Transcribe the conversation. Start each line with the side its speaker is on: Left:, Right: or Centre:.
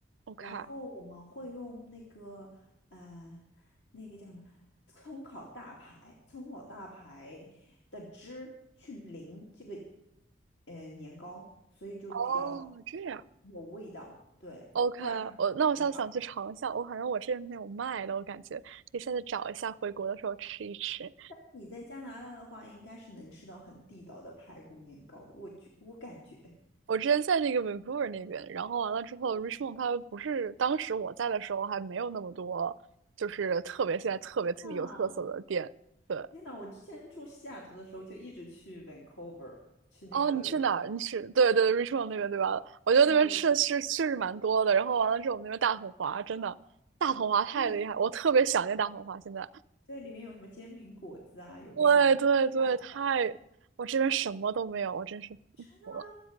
Right: ，OK，
Left: 然后我们会用那个呃，那个叫什么葱烤大排，葱烤大排的汁去淋这个呃年糕，所以就比较
Right: 哦，这样
Left: 有味道，对，
Right: ，OK，
Left: 不然比较乏味。
Right: 我那我下次想去尝一下，我好像我这边没有卖的，我感觉可以下次找一下，回国的时候吃一吃。
Left: 你在加拿大的话，应该是能吃到很地道的排骨年糕的，我觉我感觉。
Right: 我之前在那个 Vancouver 那边，然后完了之后，Richmond 它不是当时我在的时候还没有那么多，就是特别现在特别特别有特色的店。
Left: 啊，
Right: 对，
Left: 天呐，我之前住西雅图的时候，就一直去 Vancouver，去那个
Right: 哦，你去哪儿？
Left: Richmond。
Right: 你去对对 Richmond 那边对吧？我觉得那边吃的是确实蛮多的。
Left: 对对，
Right: 然后完了之后，我们那边大统华真的大统华太厉害，
Left: 哇，
Right: 我特别想念大统华。现在，
Left: 这里面有什么煎饼果子啊，有那个饭团。
Right: 对对对，太我这边什么都没有，我真是服了。
Left: 真的吗？